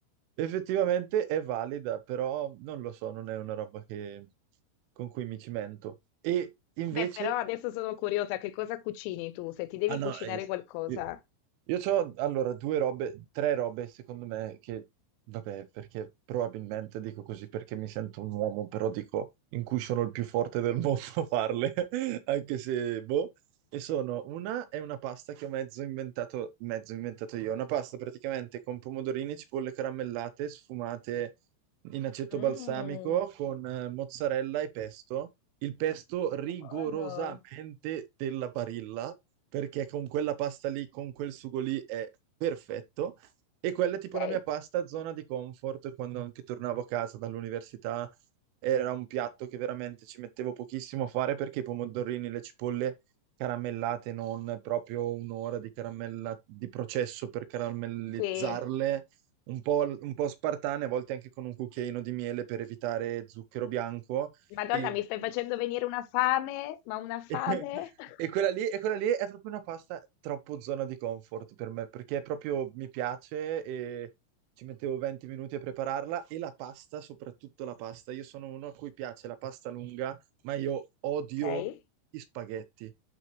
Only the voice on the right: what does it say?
Effettivamente è valida, però non lo so, non è una roba che- con cui mi cimento. E invece
Ah no,
eh,
io, io ho allora due robe, tre robe secondo me che, vabbè, perché probabilmente dico così perché mi sento un uomo, però dico in cui sono il più forte del <laughs> mondo a farle, <laughs> anche se, boh. E sono una, è una pasta che ho mezzo inventato, mezzo inventato io, una pasta praticamente con pomodorini, cipolle caramellate, sfumate in aceto
balsamico, con eh, mozzarella e pesto. Il pesto rigorosamente
della Barilla perché con quella pasta lì, con quel sugo lì è perfetto. E quella è tipo
la mia pasta zona di comfort quando anche tornavo a casa dall'università. Era un piatto che veramente ci mettevo pochissimo a fare perché i pomodorini, le cipolle caramellate, non proprio un'ora di caramella di processo per caramellizzarle,
un po', l- un po' spartane, a volte anche con un cucchiaino di miele per evitare zucchero bianco.
E
<laughs>
E quella lì, e quella lì è proprio una pasta troppo zona di comfort per me, perché è proprio mi piace e ci mettevo 20 minuti a prepararla e la pasta, soprattutto la pasta. Io sono uno a cui piace la pasta lunga, ma io odio
gli spaghetti.